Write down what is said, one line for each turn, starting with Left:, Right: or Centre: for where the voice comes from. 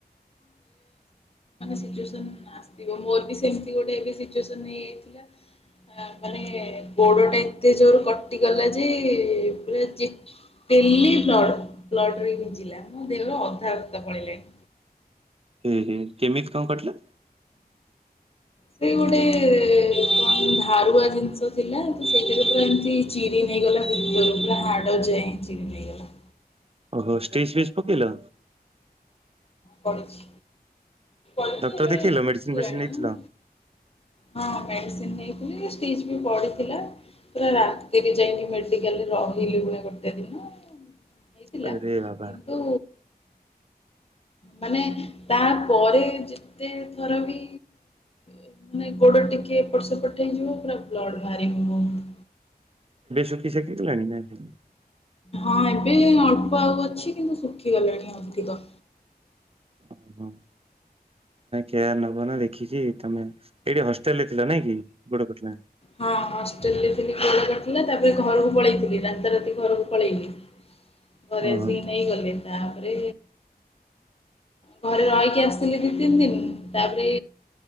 Left: ସିଚିଏସନ ଅଶିଥିବ ମୋର ବି ସେମିତି ଗୋଟେ ଏବେ ସିଚେଶନ ହେଇଯାଇଥିଲା। ଆ ମାନେ ଗୋଡ ଟା ଏତେ ଜୋର କଟିଗଲା ଯେ ପୁରା କିଲେ ବ୍ଲଡ ବ୍ଲଡ ରେଭିଜିଲା ମୋ ଦେହର ଅଧା ରକ୍ତ ପଳିଲାଣି।
Right: ଏ ହେ କେମିତି କଣ କିତିଲା?
Left: ସେ ଗୋଟେ କଣ ଧାରୁଆ ଜିନିଷ ଥିଲା ତ ସେଇଟାରେ ପୁରା ଏମିତି ଚିରି ନେଇଗଲା ଭତକୁ ପୂରା ହାଡ ଯାଏ ଚିରି ନେଇଗଲା।
Right: ଓହୋ ଷ୍ଟିଜ ଫିଚ ପକେଇଲ।
Left: ପଡିଛି। A
Right: Doctor ଦେଖେଇଲ
Left: ଶୁଖିଲାନି
Right: medicine ଫେଡିସିନ ନେଇଥିଲ?
Left: ହଁ ମେଡିସିନ ନେଇ ଷ୍ଟିଯି ବିପଡିଥିଲା। ପୁରା ରାତିରେ ଯାଇନି ମେଡିକାଲ ରହିଲି ପୁଣି ଗୋଟେ ଦିନ। ହେଇଥିଲା
Right: ଆରେ ବାବା
Left: କିନ୍ତୁ? ମାନେ ତାପରେ ଯେତେ ଥର ବି ମାନେ ଗୋଡ ଟିକେ ଏପଟ ସେପଟ ହେଇଯିବ ପୁରା୍ ବ୍ଲଡ ବାହାରିବ ହୁତୁ।
Right: ସୁଖୀ ସଖୀ ଗଲାଣି ନାଇତ।
Left: ହଁ ଏବେ ଅଳ୍ପ ଆଉ ଅଛି କିନ୍ତୁ ଶୁଖିଗଲାଣି ଅଧିକ।
Right: ଓହୋ କେୟାର ନବ ନା ଦେଖିଛି ତମେ ଏଇଠି ଥିଲା ନାଇଁ କି ଗୋଡକଟିଲା।
Left: ହଁ ହଷ୍ଟେଲରେ ଥିଲି ଗୋଡ କଟିଥିଲା ତାପରେ ଘରକୁ ପଳେଇଥିଲି ରାତାରାତି ଘରକୁ ପଳେଇଲି। ଘରେ
Right: ଓହୋ।
Left: ଆସି ନେଇଗଲେ ତାପରେ ଘରେ ରହିକି ଆସିଥିଲି ଦି ତିନି ଦିନ ତାପରେ